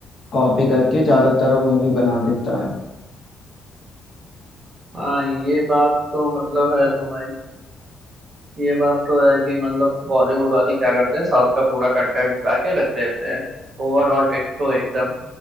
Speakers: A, on the left; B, on the right.
A: कॉपी करके ज्यादातर वो मूवी बना देता है
B: हाँ ये बात तो मतलब है तुम्हारी ये बात तो है कि मतलब बॉलीवुड वाले क्या करते हैं साउथ का पूरा कंटेंट उठा के रख देते हैं ओवरऑल डिट्टो एकदम